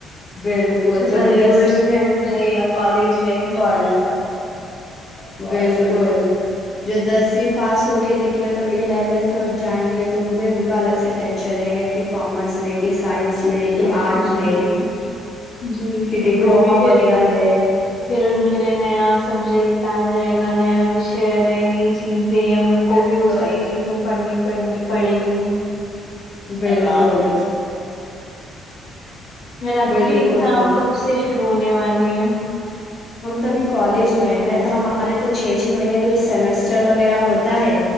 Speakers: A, on the left; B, on the left.
A: بالکل
B: سے
A: جو
B: بھلے
A: ابھی
B: ہی
A: دسویں
B: وہ اسکول
A: میں
B: رہے یا کالج رہے
A: کالج بالکل ج دسویں پاس ہو کے نکلے توبھی الیونتھ اور جائیں گے تو ان میں ان کا الگ سے ٹینشن رہے گا کہ کامرس لے کے سائنس میں کہ آرٹ
B: جی
A: لے
B: جی
A: کہ
B: جی
A: ڈپلوما
B: وہ بھی پھر
A: وغیرہ لے
B: پھر ان کے لیے نیا سبجیکٹ آ جائے گا نیا وشے نئی نئی چیزیں اب ان کو
A: بالکل
B: بھی وہ ساری چیزیں پڑھنی پڑے گی
A: بالکل
B: م آب
A: بالکل
B: کے ایگزام کب سے شروع ہونے والے ہیں
A: ہم تو ابھی کالج میں ہیں تو ہمارے تو چھ چھ مہینے کا جو سیمسٹر وغیرہ ہوتا ہے